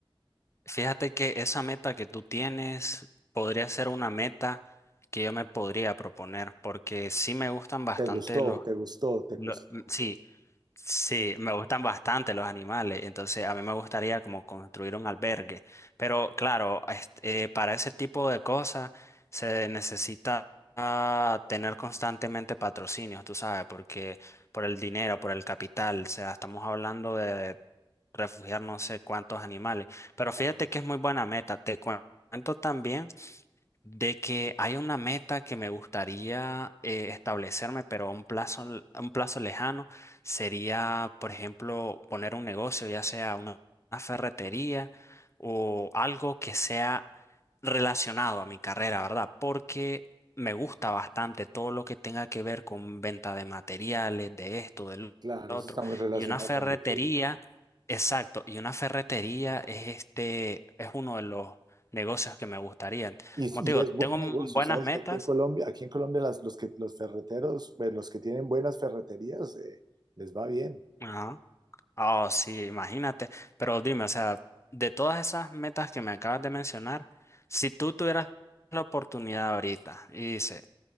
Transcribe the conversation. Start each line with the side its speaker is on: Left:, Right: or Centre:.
Left: fíjate que esa meta que tú tienes podría ser una meta que yo me podría proponer porque sí me gustan bastante
Right: ¿Te gustó?
Left: los,
Right: ¿Te gustó? ¿Te
Left: lo-
Right: gustó?
Left: mm, sí, Sí, me gustan bastante los animales, entonces a mí me gustaría como construir un albergue, pero claro, este, eh, para ese tipo de cosas se necesita ah, tener constantemente patrocinios, tú sabes, porque por el dinero, por el capital, o sea, estamos hablando de refugiar no sé cuántos animales, pero fíjate
Right: Claro,
Left: que es muy buena meta, te cuen- cuento también de que hay una meta que me gustaría eh, establecerme, pero a un plazo, l- a un plazo lejano sería, por ejemplo, poner un negocio, ya sea una, una ferretería o algo que sea relacionado a mi carrera, ¿verdad? Porque me gusta bastante todo lo que tenga que ver con venta de materiales, de esto, del
Right: claro,
Left: otro.
Right: eso está muy relacionado
Left: Y una ferretería,
Right: con lo tuyo.
Left: exacto, y una ferretería es este, es uno de los negocios que me gustaría.
Right: Y,
Left: Como te digo,
Right: y es
Left: tengo
Right: buen
Left: m-
Right: negocio,
Left: buenas
Right: ¿sabes?
Left: metas.
Right: Que aquí en Colombia, aquí en Colombia las- los que, los ferreteros, pues, los que tienen buenas ferreterías, eh, les va bien.
Left: Ajá. Oh, sí, imagínate. Pero dime, o sea, de todas esas metas que me acabas de mencionar, si tú tuvieras la oportunidad ahorita y dices,